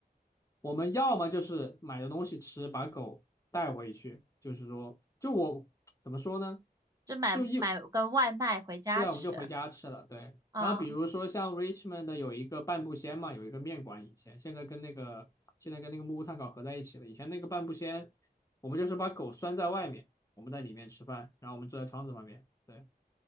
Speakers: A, on the left; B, on the right.
A: 我们要么就是买的东西吃，把狗带回去，就是说，就我怎么说呢？
B: 就买买个外卖回家吃
A: 就一，对，我们就回家吃了，对。
B: 啊。
A: 然后比如说像 Richmond 的有一个半步仙嘛，有一个面馆，以前现在跟那个现在跟那个木屋炭烤合在一起了。以前那个半步仙，我们就是把狗拴在外面，我们在里面吃饭，然后我们坐在窗子旁边。对。